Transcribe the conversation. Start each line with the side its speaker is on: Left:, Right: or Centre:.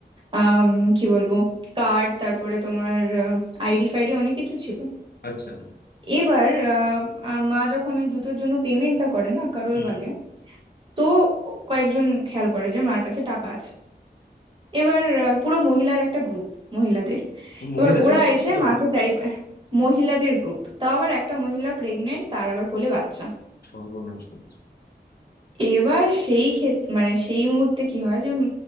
Right: আম, কি বলবো কার্ড তারপরে তোমার আইডি ফাইডি অনেক কিছু ছিল
Left: আচ্ছা
Right: এবার আহ, আহ, মা যখন ওই জুতোর জন্য পেমেন্টটা করে না কারোল
Left: হুম।
Right: বাগে তো কয়েকজন খেয়াল করে যে মার কাছে টাকা আছে এবার আহ, পুরো মহিলার একটা গ্রুপ মহিলাদের
Left: মহিলাদের
Right: এবার ওরা এসে
Left: কি
Right: মাকে
Left: অবস্থা?
Right: চারি মহিলাদের গ্রুপ তাও আবার একটা মহিলা প্রেগনেন্ট তার আবার কোলে বাচ্চা
Left: সর্বনাশ করেছে
Right: এবার সেই ক্ষেত্রে মানে সেই মুহূর্তে কি হয় যে উম